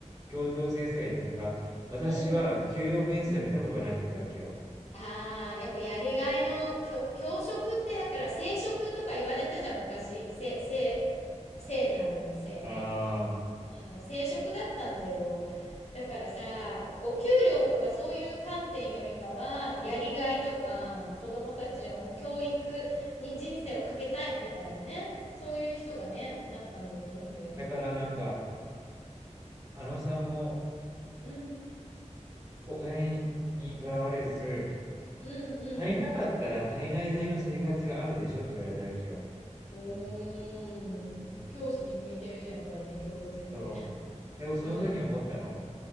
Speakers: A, on the right; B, on the left.
A: 教頭先生が言ったのが、私は給料明細見たことがないって言ったわけよ。
B: うん。うん。ああ、やっぱやりがいの、教教職ってだから正職とか言われたじゃん、昔。せ、せ、聖なるの聖ね。
A: ああ、
B: うん、正職だったんだよ。だからさ、お給料とかそういう観点よりかは、もうやりがいとか、子供たちをもう教育に人生をかけたいみたいなね。そういう人がね、なったんだと思うんだよね。
A: だからなんか、あのさんも
B: うん。
A: お金にとらわれず、
B: うんうんうん。
A: 足りなかったら足りないなりの生活があるでしょって言われたわけよ。
B: おー。
A: うん。うん。
B: 教師に向いてるんやっぱりね、教頭先生。
A: そう。で、僕その時に思ったの。
B: うん。